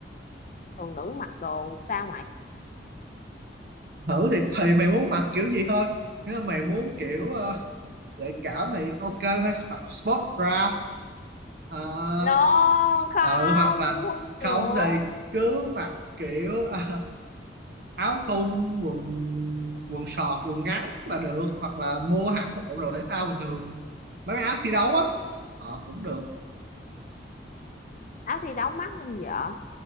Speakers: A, on the left; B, on the right.
A: thường nữ mặc đồ sao mày
B: thử thì thì mày muốn mặc kiểu gì thôi nếu mà mày muốn kiểu ờ, gợi cảm thì ok hay mặc sport bra Ờ,
A: No, không,
B: ờ hoặc là
A: không được.
B: không thì cứ mặc kiểu à, áo thun quần quần sọt quần ngắn là được hoặc là mua hẳn một bộ đồ thể thao bình thường mấy cái áo thi đấu á ờ, cũng được
A: áo thi đấu mắc không vợ